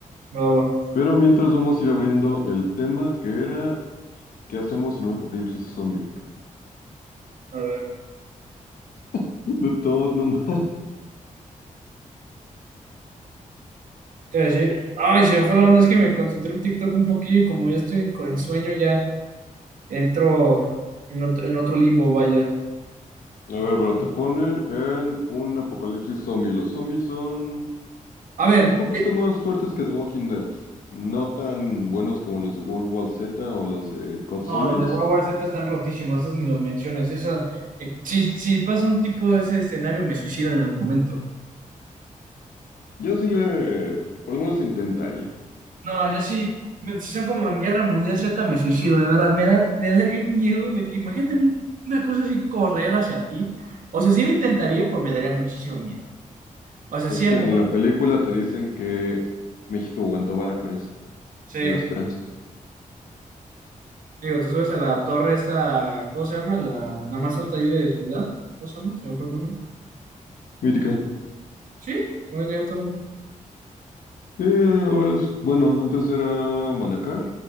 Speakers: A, on the right; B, on the left.
A: bravo.
B: Pero mientras vamos a ir abriendo el tema que era, ¿qué hacemos en un apocalipsis zombie?
A: A ver,
B: <laughs> De todo, no. ma-
A: te iba a decir, ay, se me fue la onda, es que me concentré en TikTok un poquillo y como ya estoy en, en sueño, ya entro en otro, en otro limbo, vaya.
B: A
A: Esto-
B: ver, pero te ponen en un apocalipsis zombie. Los zombies son...
A: A ver.
B: Un poquito
A: te,
B: más fuertes que The Walking Dead. No tan buenos como los de World War Z o los de Cod Zombies.
A: No, los de World War Z están rotísimos, esos ni los menciones. Eso, eh, si, si pasa un tipo de ese escenario, me suicido en el momento.
B: Yo sí le, por lo menos le intentaría.
A: No, yo sí, me- si son como en Guerra Mundial Z, me suicido, de verdad. Me da, me daría un miedo de que imagínate un- una cosa así correr hacia ti. O sea, sí lo intentaría, pero me daría muchísimo miedo. O sea,
B: Es
A: sí,
B: que
A: a lo
B: en
A: mejor-
B: la película te dicen que México aguantó vara con eso.
A: sí.
B: Me da esperanzas.
A: Digo, te subes a la torre esta, ¿cómo se llama? La, la más alta ahí de ciudad. ¿Cómo se llama? ¿Se me fue el nombre?
B: Mítica.
A: Sí, se me olvidó tu nombre.
B: Eh, ahora es, bueno, antes era Manacar,